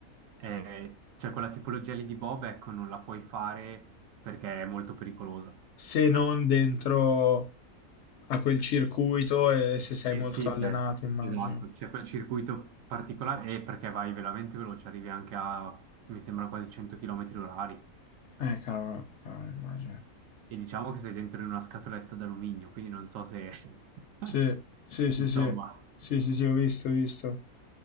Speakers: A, on the right; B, on the left.
A: Eh, cioè, quella tipologia lì di Bob, ecco, non la puoi fare perché è molto pericolosa.
B: se non dentro a quel circuito e se sei
A: Eh
B: molto
A: sì,
B: allenato,
A: cioè,
B: immagino.
A: esatto, c'è quel circuito particolare e perché vai veramente veloce, arrivi anche a, mi sembra, quasi 100 km orari.
B: Eh, cavolo, cavolo, immagino.
A: E diciamo che sei dentro in una scatoletta d'alluminio, quindi non so se... <laughs>
B: Sì, sì, sì,
A: Insomma,
B: sì, sì, sì, sì, ho visto, ho visto.